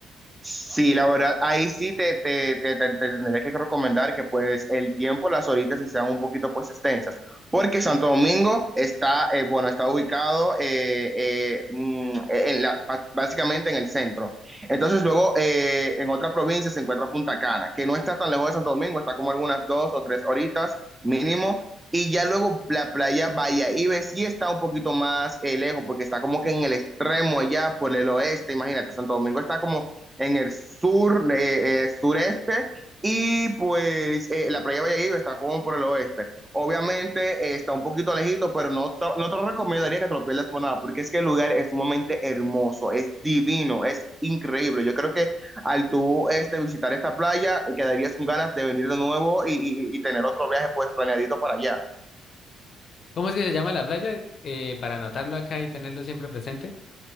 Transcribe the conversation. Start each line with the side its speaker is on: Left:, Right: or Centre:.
Right: Sí, la verdad, ahí sí te, te, te, te- te tendría que recomendar que pues el tiempo, las horitas sí sean un poquito pues extensas, porque Santo Domingo está, eh, bueno, está ubicado eh, eh, mm, e, en la, ba- básicamente en el centro. Entonces luego eh, en otra provincia se encuentra Punta Cana, que no está tan lejos de Santo Domingo, está como algunas dos o tres horitas mínimo. Y ya luego la playa Ibe sí está un poquito más eh, lejos, porque está como que en el extremo allá por el oeste, imagínate, Santo Domingo está como en el sur, eh, eh, sureste, y pues eh, la playa de Valladolid está como por el oeste. Obviamente eh, está un poquito lejito, pero no, to- no te lo recomendaría que te lo pierdas por nada, porque es que el lugar es sumamente hermoso, es divino, es increíble. Yo creo que al tú este, visitar esta playa, quedarías con ganas de venir de nuevo y, y- y tener otro viaje pues planeadito para allá.
Left: ¿Cómo es que se llama la playa? Eh, para anotarlo acá y tenerlo siempre presente.